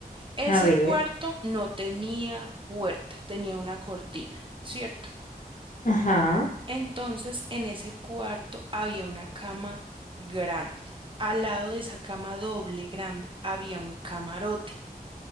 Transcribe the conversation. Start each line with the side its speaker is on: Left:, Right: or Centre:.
Right: Ese
Left: a ver.
Right: cuarto no tenía puerta, tenía una cortina, ¿cierto?
Left: Ajá.
Right: Entonces en ese cuarto había una cama grande. Al lado de esa cama doble grande había un camarote.